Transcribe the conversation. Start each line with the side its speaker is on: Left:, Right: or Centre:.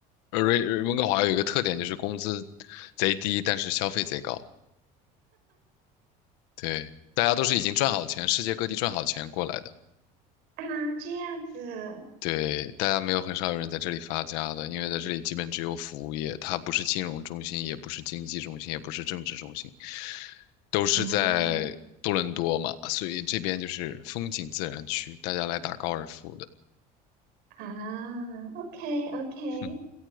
Left: 呃瑞呃温哥华有一个特点就是工资贼低，但是消费贼高。对，大家都是已经赚好钱，世界各地赚好钱过来的。
Right: 啊？这样子。
Left: 对，大家没有很少有人在这里发家的，因为在这里基本只有服务业，它不是金融中心，也不是经济中心，也不是政治中心，都是在多伦多嘛，
Right: 嗯
Left: 所以这边就是风景自然区，大家来打高尔夫的。
Right: 啊，OK OK，
Left: 嗯，